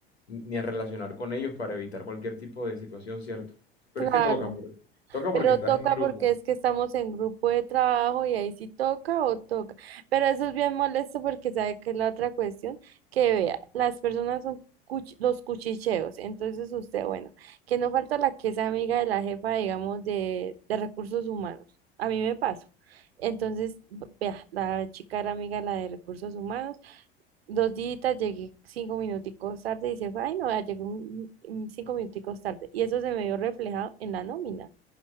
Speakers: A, on the left (about 80°); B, on the right (about 70°).
A: ni ni a relacionar con ellos para evitar cualquier tipo de situación, ¿cierto? Pero
B: Claro,
A: es que toca, por- toca
B: pero
A: porque estás
B: toca
A: en grupo.
B: porque es que estamos en grupo de trabajo y ahí sí toca o toca. Pero eso es bien molesto porque sabe que es la otra cuestión, que vea, las personas son cuch- los cuchicheos. Entonces usted, bueno, que no falta la que es amiga de la jefa, digamos, de, de recursos humanos. A mí me pasó. Entonces, v- vea, la chica era amiga de la de recursos humanos. Dos días llegué cinco minuticos tarde y se fue, ay no, vea, llegué un- un- cinco minuticos tarde. Y eso se me vio reflejado en la nómina.